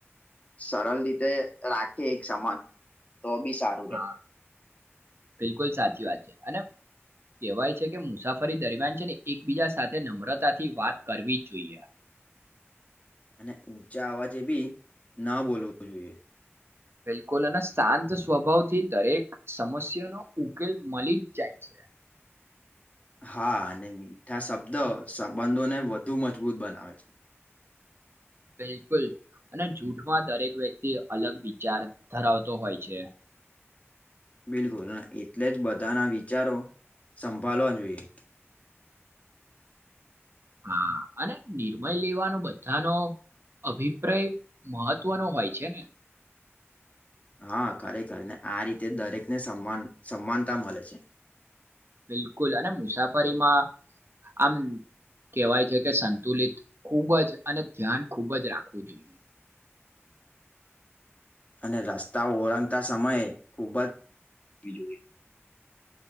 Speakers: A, on the left; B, on the right.
A: સરલ રીતે રાખીએ એક સમાન તો બી સારું
B: હા
A: રે.
B: બિલકુલ સાચી વાત છે, અને કેહેવાય છે કે મુસાફરી દરમિયાન છે ને એક બીજા સાથે નમ્રતાથી વાત કરવી જ જોઈએ.
A: અને ઊંચા અવાજે બી ન બોલવું જોઈએ.
B: બિલકુલ અને શાંત સ્વભાવ થી દરેક સમસ્યાનો ઉકેલ મલી જ જાય છે. <inaudible>
A: હા અને મીઠા શબ્દ સંબંધોને વધુ મજબૂત બનાવે છે.
B: બિલકુલ. અને જૂઠમાં દરેક વ્યક્તિ અલગ વિચાર ધરાવતો હોય છે.
A: બિલકુલ અને એટલે જ બધાના વિચારો સંભાળવા જોઈએ.
B: હા અને નિર્મય લેવાનું બધા નો અભિપ્રાય મહત્વનો હોય છે ને.
A: હા ખરેખર, ને આ રીતે દરેકને સમાન સમાનતા મલે છે.
B: બિલકુલ અને મુસાફરીમાં આમ કહેવાય છે કે સંતુલિત ખૂબ જ અને ધ્યાન ખૂબ જ રાખવું જોઈએ.
A: અને રસ્તા ઓરંગતા સમયે ખૂબ જ <unintelligible>